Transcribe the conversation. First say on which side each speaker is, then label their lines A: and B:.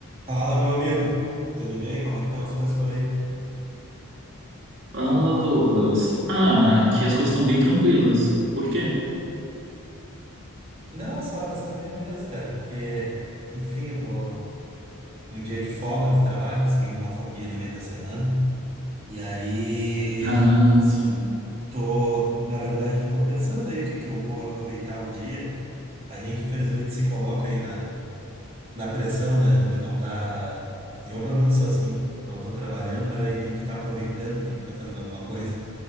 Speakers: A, on the right; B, on the right.
A: Fala, meu amigo. Tudo bem? Como é que estão as coisas por aí?
B: Fala, Douglas. Ah, aqui as coisas estão bem tranquilas. Por quê?
A: Não, só para saber mesmo, cara, porque, enfim, eu tô num dia de folga do trabalho, consegui uma folguinha no meio da semana. E aí,
B: Ah, sim.
A: tô, na verdade, eu tô pensando aí o que que eu vou aproveitar o dia. A gente, infelizmente, se coloca aí na, na pressão, né? A gente não tá. Eu, pelo menos, sou assim. Não tô trabalhando, mas aí tem que estar aproveitando, tem que estar fazendo alguma coisa.